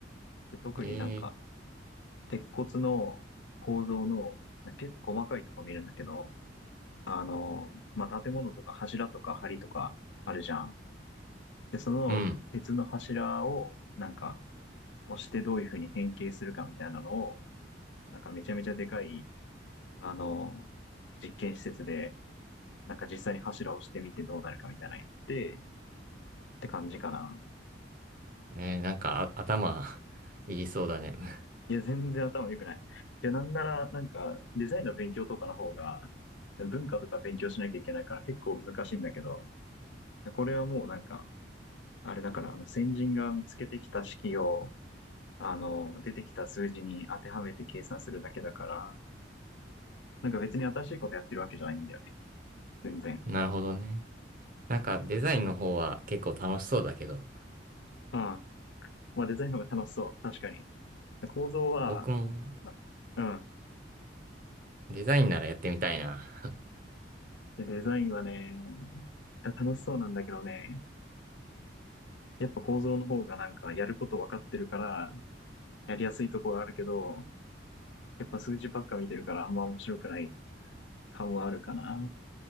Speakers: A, on the left; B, on the right.
A: で特になんか
B: ええ
A: 鉄骨の構造の結構細かいとこ見るんだけど、あの、まあ、建物とか柱とか梁とかあるじゃん。で、その鉄の柱をなんか
B: ーうん。
A: 押してどういうふうに変形するかみたいなのを、なんかめちゃめちゃでかい、あの、実験施設でなんか実際に柱をしてみてどうなるかみたいなのやって、って感じかな。
B: ねえなんかあ頭 <laughs> いりそうだね。<laughs>
A: いや、全然頭良くない。いや、なんなら、なんか、デザインの勉強とかの方が、文化とか勉強しなきゃいけないから結構難しいんだけど、これはもうなんか、あれだから、あの先人が見つけてきた式を、あの、出てきた数字に当てはめて計算するだけだから、なんか別に新しいことやってるわけじゃないんだよね。全然。
B: なるほどね。なんかデザインの方は結構楽しそうだけど、
A: うん。まあデザインの方が楽しそう。確かに。構造は、
B: 僕も
A: うん。
B: デザインならやってみたいな。<laughs>
A: でデザインはね、楽しそうなんだけどね、やっぱ構造の方がなんかやること分かってるから、やりやすいところあるけど、やっぱ数字ばっか見てるからあんま面白くない感はあるかな。